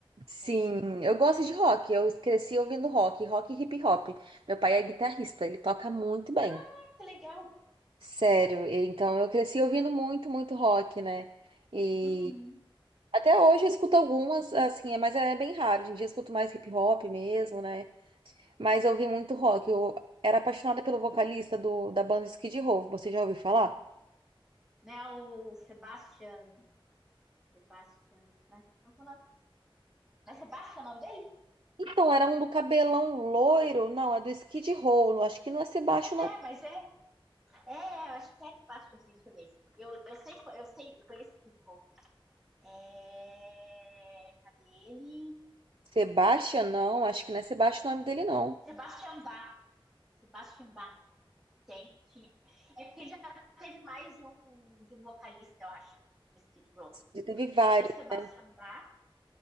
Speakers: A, on the right; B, in the centre.
A: Sim,
B: É.
A: eu gosto de rock. Eu cresci ouvindo rock, rock e hip hop. Meu pai é guitarrista, ele toca muito bem.
B: Ah, que legal.
A: Sério, e- então eu cresci ouvindo muito, muito rock, né? E
B: Uhum.
A: até hoje eu escuto algumas, assim, é- mas é bem raro. Hoje em dia eu escuto mais hip hop mesmo, né? Mas eu ouvi muito rock. Eu era apaixonada pelo vocalista do, da banda Skid Row. Você já ouviu falar?
B: Né, o Sebastian... Sebastian, né? Qual é o Não é Sebastian o nome dele?
A: Então, era um do cabelão loiro. Não, é do Skid Row. Não, acho que não é Sebastião
B: Pois é,
A: o nome.
B: mas é. É, eu acho que é Sebastian, assim, deixa eu ver. Eu, eu sei, eu sei, eu conheço esse rock. É... Cadê ele?
A: Sebastian, não. Acho que não é Sebastião o nome dele, não.
B: Sebastian Bach. Sebastian Bach. Tem, tinha. É porque já teve mais de um, de um vocalista, eu acho, no Skid Row.
A: Já teve
B: Porque
A: vários,
B: tem o Sebastian
A: né?
B: Bach